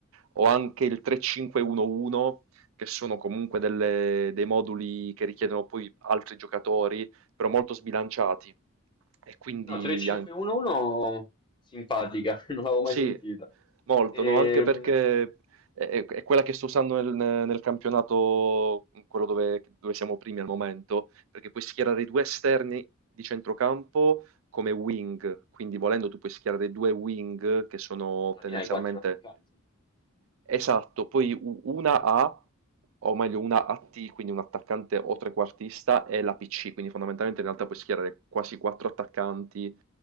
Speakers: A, on the right; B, on the left.
A: o anche il 3-5-1-1, che sono comunque delle- dei moduli che richiedono poi altri giocatori, però molto sbilanciati. E quindi
B: No, 3-5-1-1
A: anche.
B: simpatica, <laughs> non l'avevo
A: Sì,
B: mai sentita.
A: molto,
B: Ehm,
A: no, anche perché è, è- è quella che sto usando nel, nel campionato, quello dove, dove siamo primi al momento, perché puoi schierare i due esterni di centrocampo come wing, quindi volendo tu puoi schierare due wing che sono
B: alla
A: tendenzialmente...
B: fine hai quattro attaccanti.
A: Esatto, poi u- una A, o meglio una AT, quindi un attaccante o trequartista, e la PC, quindi fondamentalmente in realtà puoi schierare quasi quattro attaccanti